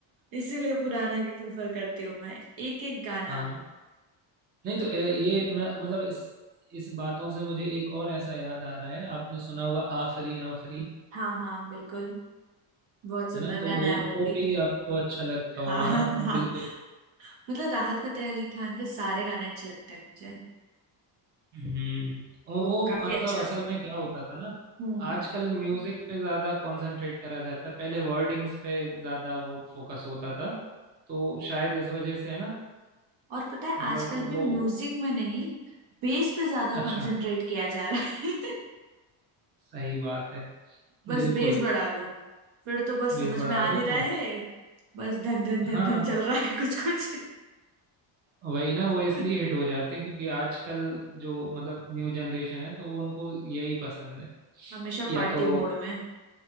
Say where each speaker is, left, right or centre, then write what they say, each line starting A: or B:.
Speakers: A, on the right; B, on the right.
A: इसीलिए पुराना ही प्रेफर करती हूँ मैं एक एक गाना
B: हाँ नहीं तो अ, ये मैं मतलब इस इस बातों से मुझे एक और ऐसा याद आ रहा है आपने सुना होगा आफरी आफरी
A: हाँ हाँ बिल्कुल बहुत सुंदर
B: है ना तो
A: गाना
B: वो
A: है वो
B: वो
A: भी
B: भी आपको अच्छा लगता होगा
A: हाँ
B: हाँ
A: हाँ
B: हाँ,
A: हाँ
B: बिल्कुल
A: मतलब राहत फतेह अली खान के सारे गाने अच्छे लगते हैं मुझे
B: हम्म और
A: वो
B: वो
A: काफी
B: मतलब
A: अच्छा
B: असल में क्या होता था ना
A: हम्म
B: आजकल म्यूजिक पे ज्यादा कंसंट्रेट करा जाता है पहले वर्डिंग्स पे ज्यादा वो फोकस होता था तो शायद इस वजह से है ना
A: और पता है
B: मतलब
A: आजकल भी
B: वो
A: म्यूजिक में नहीं बेस पे ज्यादा
B: अच्छा
A: कंसंट्रेट किया जा रहा है
B: सही बात है
A: <laughs> बस
B: बिल्कुल
A: बेस बढ़ा दो फिर तो बस
B: बेस
A: समझ
B: बढ़ा
A: में आ
B: दो
A: नहीं रहा
B: तो अच्छा
A: है बस धन धन धन
B: हाँ
A: धन चल रहा है कुछ कुछ
B: वही ना वो इसलिए
A: <laughs>
B: हिट हो जाते हैं क्योंकि आजकल जो मतलब न्यू जनरेशन है तो वो उनको यही पसंद है
A: हमेशा
B: या
A: पार्टी
B: तो
A: मोड में